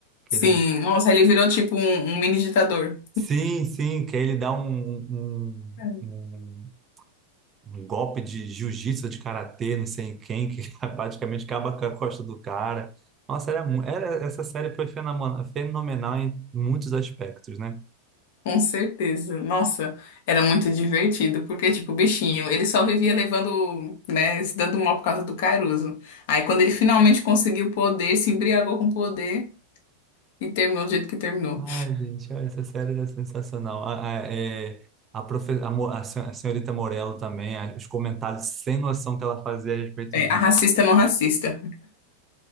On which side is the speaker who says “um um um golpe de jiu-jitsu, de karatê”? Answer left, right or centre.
Right